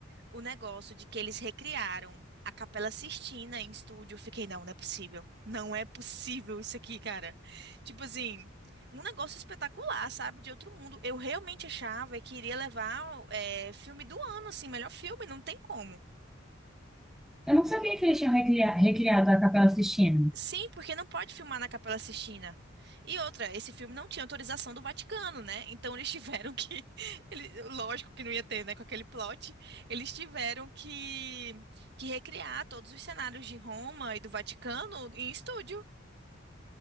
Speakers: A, on the right; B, in the centre.
A: o negócio de que eles recriaram a Capela Sistina em estúdio. Eu fiquei, não, não é possível. Não é possível isso aqui, cara. Tipo assim, um negócio espetacular, sabe? De outro mundo. Eu realmente achava que iria levar é, filme do ano, assim, melhor filme, não tem como.
B: Eu não sabia que eles tinham recria- recriado a Capela Sistina.
A: Sim, porque não pode filmar na Capela Sistina. E outra, esse filme não tinha autorização do Vaticano, né? Então eles tiveram que. <laughs> ele- lógico que não ia ter, né? Com aquele plot. Eles tiveram que, que recriar todos os cenários de Roma e do Vaticano em estúdio.